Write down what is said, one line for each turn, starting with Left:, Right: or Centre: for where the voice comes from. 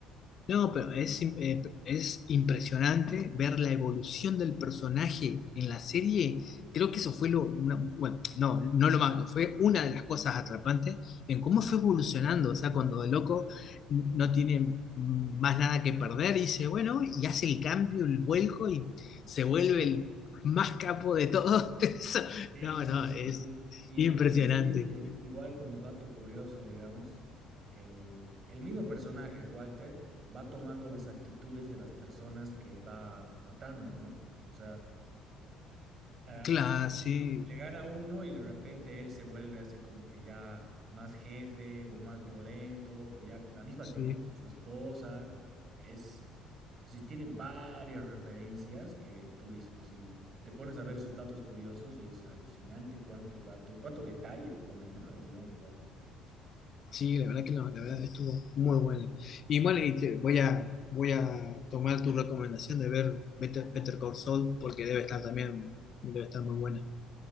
Left: No, pero es, im- eh, es impresionante ver la evolución del personaje en la serie. Creo que eso fue lo, una- bueno, no, no lo más, fue una de las cosas atrapantes en cómo fue evolucionando. O sea, cuando el loco no tiene más nada que perder, dice, bueno, y hace el cambio, el vuelco y se vuelve el más capo de todo <laughs>
Right: Sí,
Left: No,
Right: sí,
Left: no,
Right: sí,
Left: es
Right: sí. Y
Left: impresionante.
Right: no sé si viste, igual como dato curioso, digamos, el, el mismo personaje, el Walter, va tomando las actitudes de las personas que va matando, ¿no? O sea, eh,
Left: Claro,
Right: a, su
Left: sí,
Right: le gana uno y de repente él se vuelve así como que ya más jefe o más violento o ya con la misma
Left: sí.
Right: actitud con su esposa. Es, o sea, tiene varias referencias que tú dices así, te pones a ver sus datos curiosos y es alucinante cuánto dato y cuánto detalle le ponen, ¿no? Al guión igual.
Left: Sí, la verdad que no, la verdad estuvo muy buena. Y bueno, y te- voy a, voy a tomar tu recomendación de ver Better, Better Call Saul porque debe estar también, debe estar muy buena.